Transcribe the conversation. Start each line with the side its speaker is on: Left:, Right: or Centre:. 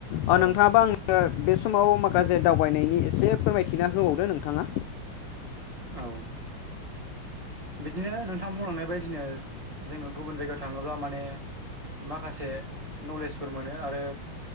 Left: अ'
Right: औ
Left: नोंथाङाबो आं ओ बे समाव माखासे दावबायनायनि एसे फोरमायथिना होबावदो नोंथाङा।
Right: औ। बिदिनो नोंथां बुंलांनाय बायदिनो जोङो गुबुन जायगायाव थाङोब्ला माने माखासे नलेजफोर मोनो आरो